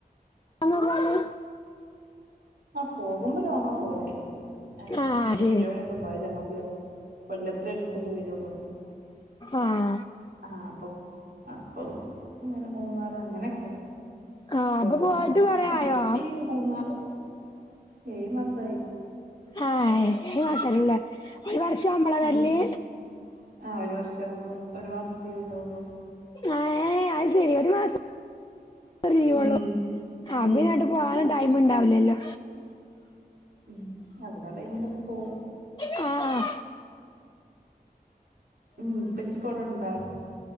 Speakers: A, on the left; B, on the right.
A: അതെ പോലെ
B: ആഹ പോകുമ്പോ ലോങ്ങ പോവൽ അതിന്
A: ആഹ്
B: കെട്ടിയോൻ
A: ശരി
B: ദുബായിലാണ് അപ്പോ എപ്പോ കൊല്ലത്തിൽ ഒരു ദിവസേ പോയി വരുള്ളു
A: ആഹ
B: ആ അപ്പോ അപ്പോ ഇങ്ങനെ മൂന്നാറ് അങ്ങനെയൊക്കെ
A: ആഹ്
B: ലോങ്ങ്
A: അപ്പൊ പോയിട്ട്
B: വെച്ചാൽ
A: കൊറേ ആയോ
B: ഊട്ടി മൂന്നാറ് ഏഴ് മാസമായി
A: ആഹ ഏഴ് മാസമായി അല്ലേ ഒരു വർഷം ആവുമ്പോള
B: ഉം
A: വരല്
B: ആ ഒരു വർഷം ആവുമ്പോൾ ഒരു മാസത്തെ ലീവ് ഉണ്ടാവുള്ളൂ
A: ആ അത് ശരി ഒരു മാസം ലീവ്
B: ഉം
A: ഒള്ളൂ അപ്പൊ
B: ഉം
A: പിന്നെ എങ്ങട്ടും പോകാനും ടൈം ഉണ്ടാവില്ലല്ലോ
B: മം ഒഴിവ് ഉള്ള ടൈമിലൊക്കെ പോകും
A: ആ
B: ഉം ഇപ്പച്ചിപ്പവടെണ്ടാ